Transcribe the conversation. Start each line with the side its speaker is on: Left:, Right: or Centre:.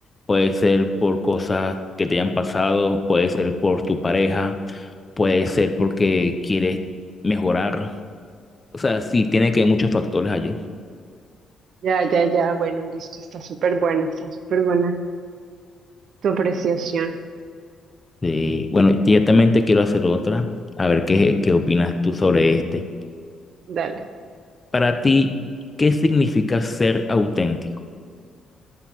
Left: puede ser por cosas que te hayan pasado, puede ser por tu pareja, puede ser porque quieres mejorar. O sea, sí, tiene que haber muchos factores allí.
Right: Ya, ya, ya, bueno, listo, está súper buena, está súper buena tu apreciación.
Left: Sí, bueno, directamente quiero hacer otra, a ver qué, qué opinas tú sobre este.
Right: Dale.
Left: Para ti, ¿qué significa ser auténtico?